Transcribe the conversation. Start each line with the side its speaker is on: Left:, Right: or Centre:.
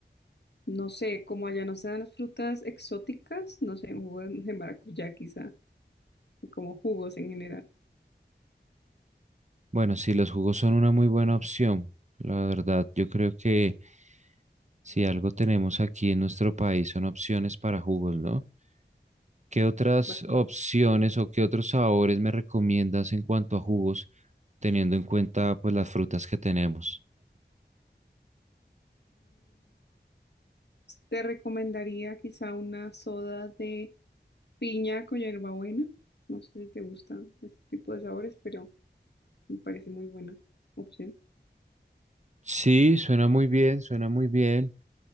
Left: no sé, como allá no se dan las frutas exóticas, no sé, un jugo de de maracuyá quizá, o como jugos en general.
Right: Bueno, sí, los jugos son una muy buena opción. La verdad, yo creo que si algo tenemos aquí en nuestro país son opciones para jugos, ¿no? ¿Qué otras
Left: Va.
Right: opciones o qué otros sabores me recomiendas en cuanto a jugos, teniendo en cuenta pues las frutas que tenemos?
Left: Te recomendaría quizá una soda de piña con hierbabuena. No sé si te gusta este tipo de sabores, pero me parece muy buena opción.
Right: Sí, suena muy bien, suena muy bien.